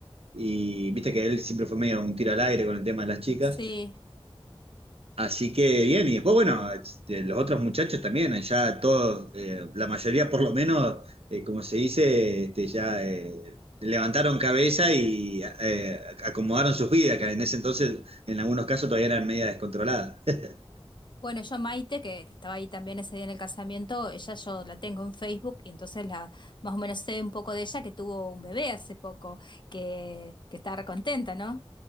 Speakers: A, on the right (about 80°); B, on the left (about 50°).
A: Y viste que él siempre fue medio un tiro al aire con el tema de las chicas.
B: Sí.
A: Así que bien, y después, bueno, este, los otros muchachos también, eh, ya todos, eh, la mayoría por lo menos, eh, como se dice, este, ya eh, levantaron cabeza y eh, acomodaron sus vidas, que en ese entonces, en algunos casos, todavía eran media descontroladas. <laughs>
B: Bueno, yo a Maite, que, que estaba ahí también ese día en el casamiento, ella yo la tengo en Facebook y entonces la más o menos sé un poco de ella que tuvo un bebé hace poco, que, que estaba recontenta, ¿no?